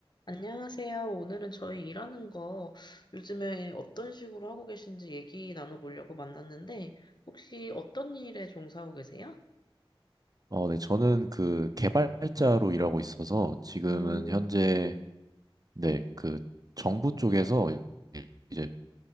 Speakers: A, on the left (about 50°); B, on the right (about 40°).
A: 안녕하세요. 오늘은 저희 일하는 거 요즘에 어떤 식으로 하고 계신지 얘기 나눠보려고 만났는데, 혹시 어떤 일에 종사하고 계세요?
B: 어, 네, 저는 그 개발자로 일하고 있어서 지금은
A: 음,
B: 현재 네, 그 정부 쪽에서 이제